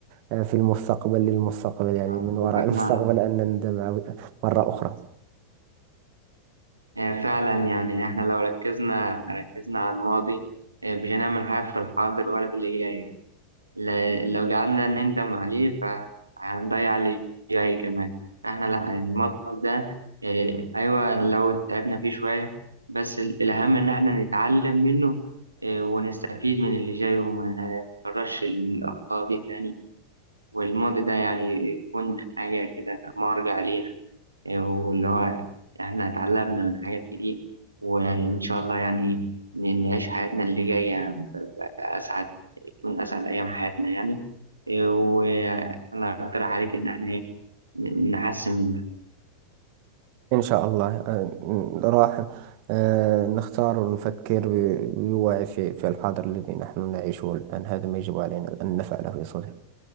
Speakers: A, on the right; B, on the right.
A: آه، في المستقبل للمستقبل يعني
B: آه،
A: من وراء
B: أتفق
A: المستقبل
B: معك
A: أن نندم مرة أخرى
B: آه، فعلا يعني إحنا لو ركزنا ركزنا على الماضي آه، مش هنعمل حاجة في الحاضر ولا في اللي جاي ل- لو قعدنا نندم عليه فهنضيع اللي جاي كمان احنا لا الماتش ده إيه، ايوه لو تعبنا فيه شوية بس ال- الأهم إن احنا نتعلم منه إيه، ونستفيد من اللي جاي وما نكررش الأخطاء دي تاني والماضي ده يعني يكون حاجة كده مرجع لينا واللي هو احنا اتعلمنا من حاجات كتير وان شاء الله يعني ن- نعيش حياتنا اللي جايه ب- ب- اسعد تكون اسعد ايام حياتنا يعني وانا اقترح عليك ان احنا إيه، ن- نحسن من ده
A: إن شاء الله آه، راح آه، نختار ونفكر ب- بوعي في في الحاضر الذي نحن نعيشه الآن هذا ما يجب علينا أن نفعله يا صديقي